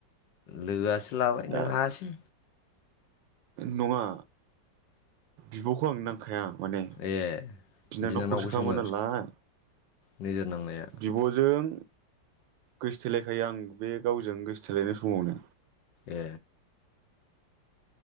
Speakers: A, on the left; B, on the right.
A: लोगोआ लाबाय नों
B: दा
A: हायासि
B: नङा बिबखौ आंनो नांखाया। माने
A: ए
B: बिनानावखौसो
A: बिनानावखौसोमोन
B: खामोनालाय
A: नोजोर नांनाया
B: बिब'जों गोसोथोलायखायो आं बे गावजों गोसोथोलायनाय समावनो।
A: ए